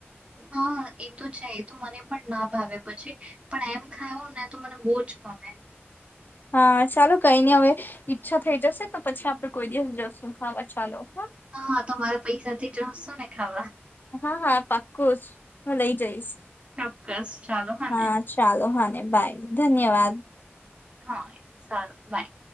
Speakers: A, on the right; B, on the left.
A: હા એ તો છે, એ તો મને પણ ના ભાવે પછી, પણ એમ ખાયોને તો મને બો જ ગમે.
B: હા ચાલો કઈ નઈ હવે ઈચ્છા થઈ જશે તો પછી આપડે કોઈ દિવસ જશું ખાવા ચાલો. હા
A: હા તમારા પૈસાથી જશું ને ખાવા.
B: હા હા, પાકું જ, હું લઈ જઈશ.
A: ચોક્કસ ચાલો હને?
B: હા ચાલો હા બાય. ધન્યવાદ.
A: હા, સારું બાય.